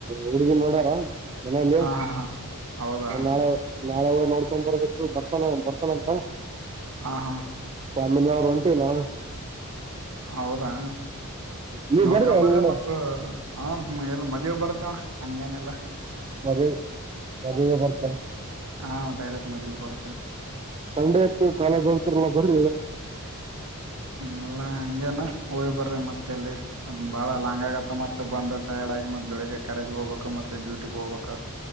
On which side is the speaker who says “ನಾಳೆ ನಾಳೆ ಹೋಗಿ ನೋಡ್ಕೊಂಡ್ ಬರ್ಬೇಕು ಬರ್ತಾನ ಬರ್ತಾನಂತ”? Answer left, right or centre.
Right